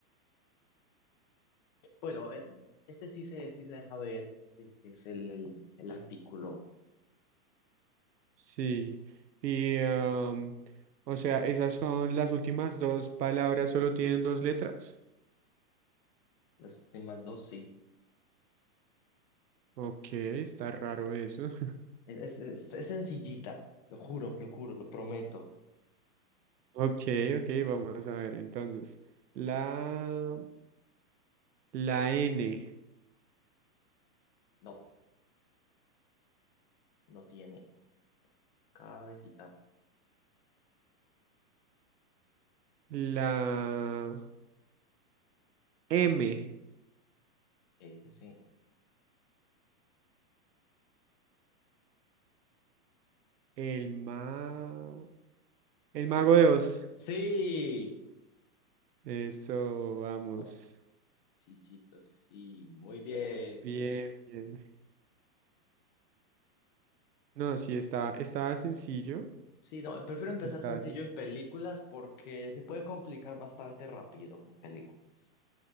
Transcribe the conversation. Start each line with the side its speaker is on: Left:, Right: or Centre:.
Left: Bueno, el- este sí se, sí se deja ver, eh, que es el, el, el artículo.
Right: sí. Y, am, o sea, esas son las últimas dos palabras, solo tienen dos letras.
Left: Las últimas dos sí.
Right: Ok, está raro eso. <laughs>
Left: Es, es, es- es sencillita, lo juro, lo juro, lo prometo.
Right: Ok, ok, vamos a ver entonces. La, la N,
Left: No, no tiene cabecita.
Right: la M,
Left: Ese sí.
Right: el ma, el mago de Oz.
Left: Sí,
Right: Eso, vamos.
Left: Go- sencillito, sí, muy bien.
Right: Bien, bien. No, sí, está, está sencillo.
Left: Sí, no, prefiero empezar
Right: Está
Left: sencillo
Right: sencillo.
Left: en películas porque se puede complicar bastante rápido con películas.